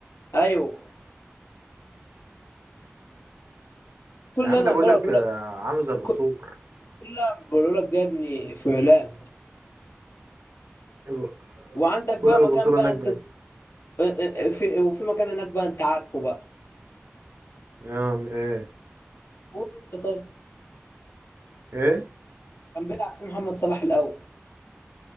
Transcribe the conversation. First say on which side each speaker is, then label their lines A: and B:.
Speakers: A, on the left (about 70°); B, on the right (about 65°).
A: ايوه كل
B: يا
A: اللي
B: عم
A: انا
B: ده
A: عمال
B: بقول
A: اقول
B: لك آه،
A: لك
B: عامل زي القصور
A: كل كل اللي انا بقول لك ده يا ابني في ميلان
B: ال-
A: وعندك
B: بقول
A: بقى
B: لك القصور
A: مكان بقى
B: هناك
A: انت
B: بقى
A: اه، اه، آه، في وفي مكان هناك بقى انت عارفه بقى
B: آه، ايه
A: قول له انت طيب
B: ايه
A: كان بيلعب في محمد صلاح الاول